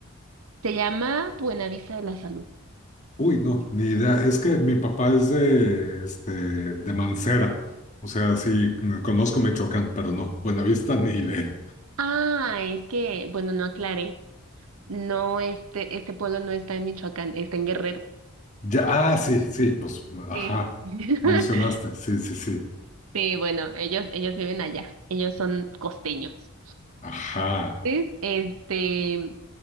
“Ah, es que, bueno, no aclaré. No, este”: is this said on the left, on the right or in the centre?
Right